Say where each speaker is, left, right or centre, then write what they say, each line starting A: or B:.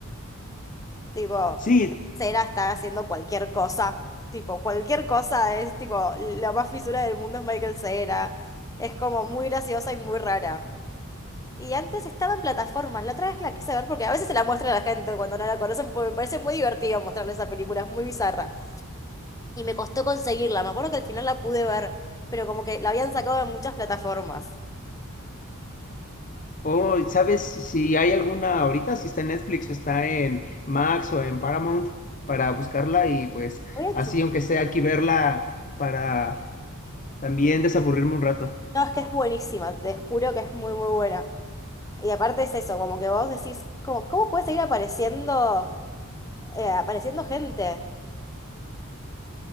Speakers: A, on the left; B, on the left.
A: Tipo,
B: Sí,
A: Cera está haciendo cualquier cosa. Tipo, cualquier cosa es tipo, la más fisura del mundo es Michael Cera. Es como muy graciosa y muy rara. Y antes estaba en plataformas. La otra vez que la quise ver, porque a veces se la muestra a la gente cuando no la conocen, porque me parece muy divertido mostrarle esa película, es muy bizarra. Y me costó conseguirla. Me acuerdo que al final la pude ver, pero como que la habían sacado en muchas plataformas.
B: Oh, ¿sabes si si hay alguna ahorita? Si está en Netflix o está en Max o en Paramount para buscarla y pues
A: Voy a
B: así,
A: chu-
B: aunque sea aquí verla para también desaburrirme un rato.
A: No, es que es buenísima, te juro que es muy, muy buena. Y aparte es eso, como que vos decís, como, ¿cómo puede seguir apareciendo? eh, apareciendo gente.